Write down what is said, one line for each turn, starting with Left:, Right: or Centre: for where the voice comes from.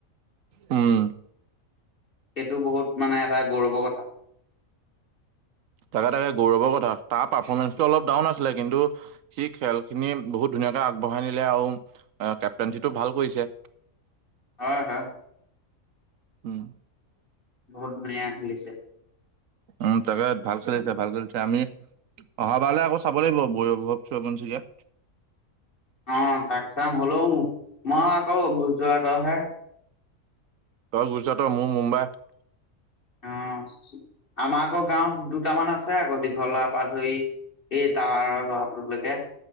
Right: উম।
Left: সেইটো বহুত মানে এটা গৌৰৱৰ কথা।
Right: তাকে, তাকে গৌৰৱৰ কথা তাৰ পাৰ্ফৰ্মেন্ঞ্চটো অলপ ডাউন আছিলে কিন্তু। সি খেলখিনি বহুত ধুনীয়াকৈ আগবঢ়াই নিলে আৰু কেপটেনঞ্চিটো ভাল কৰিছে।
Left: হয়, হয়।
Right: উম।
Left: বহুত ধুনীয়া খেলিছে
Right: উম, তাকে ভাল কৰিছো ভাল কৰিছে আমি। অহাবাৰলে আকৌ চাব লাগিব <unintelligible>
Left: অ', তাক চাম হ'লেও মই আকৌ গুজৰাটৰহে।
Right: তই গুজৰাটৰ মোৰ মুম্বাইত।
Left: অ', আমাৰ আকৌ গাঁৱত দুটামান আছে আকৌ দীঘলাভ পা ধৰি এই টাৱাৰৰ ল'ৰাটোলৈকে।